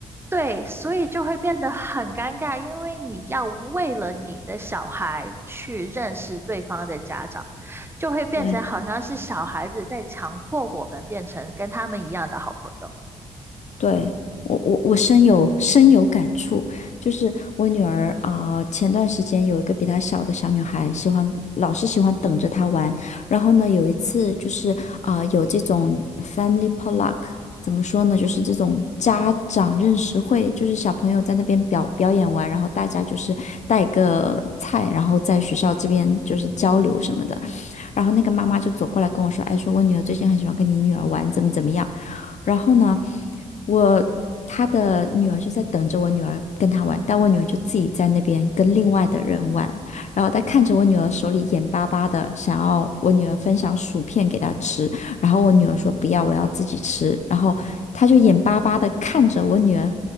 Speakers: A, on the right; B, on the left.
A: 对，所以就会变得很尴尬，因为你要为了你的小孩去认识对方的家长，就会变成好像是小孩子在强迫我们变成跟他们一样的好朋友。
B: 对。对，我我我深有深有感触，就是我女儿啊、呃前段时间有一个比她小的小女孩，喜欢老是喜欢等着她玩，然后呢，有一次就是啊、呃有这种 family potluck，怎么说呢，就是这种家长认识会，就是小朋友在那边表表演完，然后大家就是带个菜，然后在学校这边就是交流什么的，然后那个妈妈就走过来跟我说，哎，说我女儿最近很喜欢跟你女儿玩，怎么怎么样。然后呢，我他的女儿就在等着我女儿跟他玩，但我女儿就自己在那边跟另外的人玩，然后他看着我女儿手里眼巴巴的想要我女儿分享薯片给她吃，然后我女儿说不要，我要自己吃，然后他就眼巴巴的看着我女儿